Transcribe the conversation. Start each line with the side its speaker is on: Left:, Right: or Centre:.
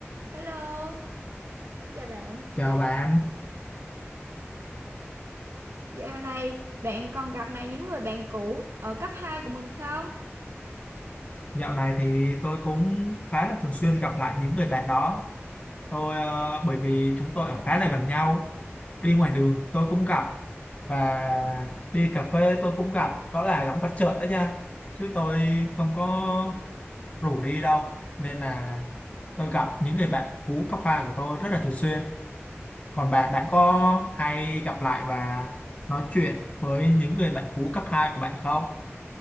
Right: Hello, xin chào bạn.
Left: Chào bạn,
Right: Dạo này bạn còn gặp lại những người bạn cũ ở cấp 2 của mình không?
Left: dạo này thì tôi cũng khá là thường xuyên gặp lại những người bạn đó. Tôi ờ, bởi vì chúng tôi ở khá là gần nhau, đi ngoài đường tôi cũng gặp và đi cà phê tôi cũng gặp, đó là gặp bất chợt đó nha. Chứ tôi không có rủ đi đâu nên là tôi gặp những người bạn cũ cấp 2 của tôi rất là thường xuyên. Còn
Right: Ừ.
Left: bạn, bạn có hay gặp lại và nói chuyện với những người bạn cũ cấp 2 của bạn không?